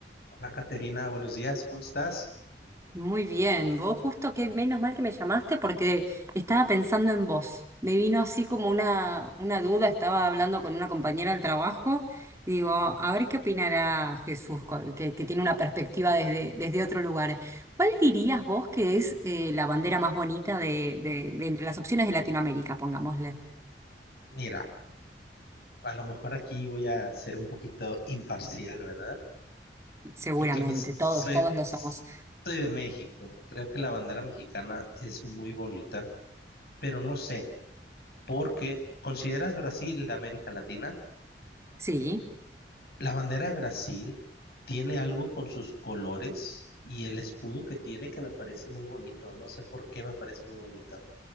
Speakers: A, on the left; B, on the right.
A: Hola Caterina, buenos días, ¿cómo estás?
B: Muy bien, vos justo que menos mal que me llamaste porque estaba pensando en vos. Me vino así como una, una duda, estaba hablando con una compañera del trabajo y digo, a ver qué opinará Jesús, co- que, que tiene una perspectiva desde, desde otro lugar. ¿Cuál dirías vos que es eh, la bandera más bonita de, de, de entre las opciones de Latinoamérica, pongámosle?
A: Mira, a lo mejor aquí voy a ser un poquito imparcial, ¿verdad?
B: Seguramente,
A: Porque pues
B: todos,
A: soy,
B: todos lo
A: soy
B: somos.
A: de México. Creo que la bandera mexicana es muy bonita, pero no sé, porque ¿consideras Brasil de América Latina?
B: Sí,
A: La bandera de Brasil tiene algo con sus colores y el escudo que tiene que me parece muy bonito. No sé por qué me parece muy bonito.